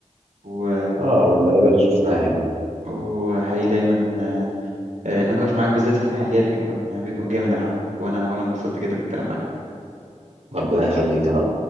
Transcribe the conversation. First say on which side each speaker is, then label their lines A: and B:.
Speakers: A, on the right (about 85°); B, on the right (about 60°).
A: و
B: اه من اللعيبة اللي شفناها يعني
A: وحقيقي دايما آه، آه، النقاش معاك بالذات في المحليات بيكون بيكون جامد يا محمد وأنا وأنا اتبسطت جدا بالكلام معاك
B: ربنا يخليك أنا